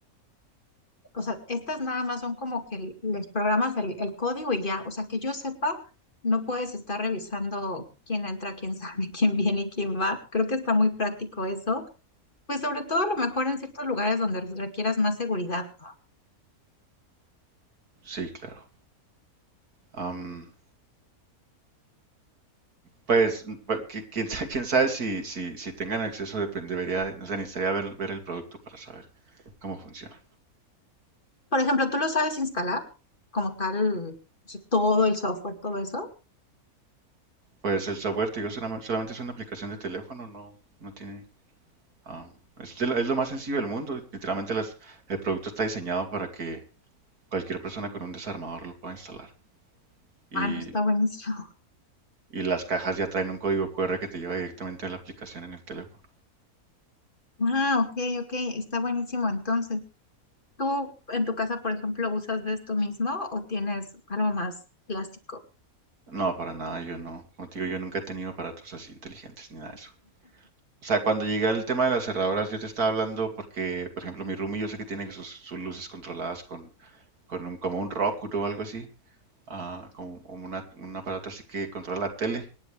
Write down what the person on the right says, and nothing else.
Sí, claro. Am, pues, m- pa- qui- quién, sa- quién sabe si, si, si tengan acceso, depende- debería, no sé, necesitaría ver, ver el producto para saber cómo funciona.
Pues el software, te digo, solama- solamente es una aplicación de teléfono, no, no tiene... am, es, de lo- es lo más sencillo del mundo. Literalmente las- el producto está diseñado para que cualquier persona con un desarmador lo pueda instalar. Y,
y las cajas ya traen un código QR que te lleva directamente a la aplicación en el teléfono.
No, para nada, yo no. Contigo yo nunca he tenido aparatos así inteligentes ni nada de eso. O sea, cuando llegué al tema de las cerraduras, yo te estaba hablando porque, por ejemplo, mi roomie yo sé que tiene sus, sus luces controladas con, con un, como un Roku o algo así, ah, como una- un aparato así que controla la tele